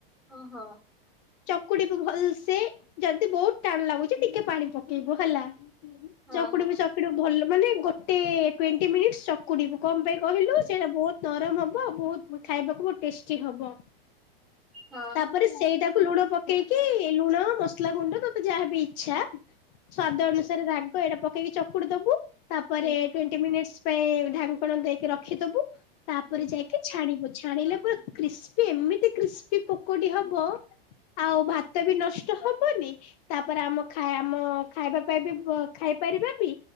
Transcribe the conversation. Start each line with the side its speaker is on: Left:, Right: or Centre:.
Centre: ଓ ହଁ
Left: ଚକୁଡିବୁ ଭଲସେ ଯଦି ବହୁତ ଟାଣ ଲାଗୁଚି ଟିକେ ପାଣି ପକେଇବୁ ହେଲା
Centre: ହଁ
Left: ଚକୁଡ଼ିବୁ
Centre: ହଁ
Left: ଚକୁଡ଼ିବୁ ଭଲ ମାନେ ଗୋଟେ ଟ୍ୱେଣ୍ଟି ମିନିଟ୍ସ ଚକୁଡ଼ିବୁ କଣ ପାଇଁ କହିଲୁ ସେଇଟା ବହୁତ ନରମ ହବ ଆଉ ବହୁତୁ ଖାଇବାକୁ ଟେଷ୍ଟି ହବ
Centre: ହଁ
Left: ତାପରେ ସେଇଟା ସେଗୁଡ଼ା ପକେଇକି ଲୁଣ ମସଲା ଗୁଣ୍ଡ ତତେ ଯାହାବି ଇଚ୍ଛା ସ୍ଵାଦ
Centre: ହୁଁ
Left: ଅନୁସାରେ ରାଗ ଏଇଟା ପକେଇକି ଚକୁଡି ଦବୁ ତାପରେ
Centre: ହୁଁ
Left: ଫେ ଇମିନେଷ୍ଟ ପାଇଁ ଢାଙ୍କଣା ଦେଇକି ରଖିଦବୁ ତାପରେ
Centre: ହୁଁ
Left: ଯାଇକି ଛାଣିବୁ ଛାଣିଲେ ପୁ କ୍ରିସ୍ପି ଏମିତି କ୍ରିସ୍ପି ପକୋଡି ହବ ଆଉ ଭାତ ବି ନଷ୍ଟ ହବନି ତାପରେ ଆମା ଖା ଆମ ଖାଇବା ପାଇଁ ବି ଖାଇପାରିବା ବି